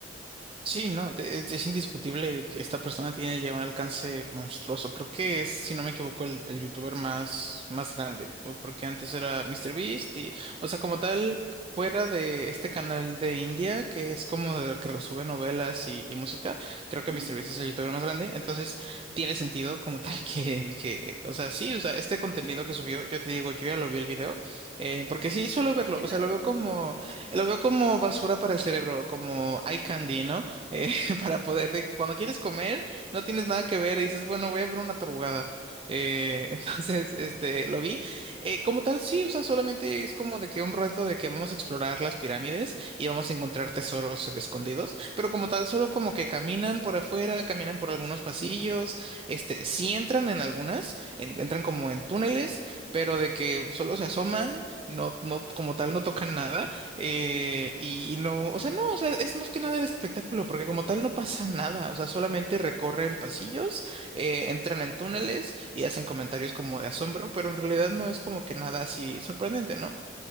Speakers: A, on the right (about 30°); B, on the right (about 55°).
A: Sí, no, de- es es indiscutible que esta persona tiene ya un alcance monstruoso. Creo que es, si no me equivoco, el, el youtuber más, más grande, o- porque antes era mister Beast y, o sea, como tal, fuera de este canal de India, que es como de- que resube novelas y, y música, creo que
B: Ujú.
A: mister Beast es el youtuber más grande, entonces tiene sentido como tal <laughs> que, que, o sea, sí, o sea, este contenido que subió, yo te digo, yo ya lo vi el video, eh, porque sí suelo verlo,
B: ¿Y qué
A: o
B: tal?
A: sea, lo veo como,
B: Ujú,
A: lo veo como basura para el cerebro, como
B: Claro.
A: eye candy, ¿no? eh, <laughs> para poder, de que cuando quieres comer, no tienes nada que ver y dices, bueno, voy a ver una tarugada. Eh, <laughs> entonces, este, lo vi. Eh, como tal, sí, o sea, solamente es como de que un reto de que vamos a explorar las pirámides y vamos a encontrar tesoros escondidos, pero como tal, solo como que caminan por afuera, caminan por algunos pasillos, este, sí entran en algunas, en- entran como en túneles, pero de que solo se asoman, no, no, como tal, no tocan nada eh, y, y no, o sea, no, o sea, es más que nada el espectáculo, porque como tal no pasa nada, o sea, solamente recorren pasillos, eh, entran en túneles y hacen comentarios como de asombro, pero en realidad no es como que nada así sorprendente, ¿no?